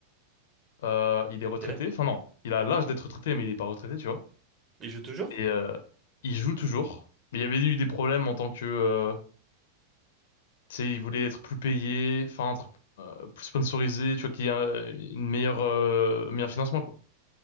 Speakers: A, on the left (about 55°); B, on the right (about 25°).
A: Euh, il est retraité.
B: ok.
A: Enfin non, il a l'âge d'être retraité, mais il est pas retraité, tu vois.
B: Il joue toujours?
A: Et euh, il joue toujours. Mais il y avait eu des problèmes en tant que euh, Tu sais, ils voulaient être plus payés, enfin, être, euh, plus sponsorisé, tu vois, qu'il y a une meilleure, euh, meilleur financement, quoi.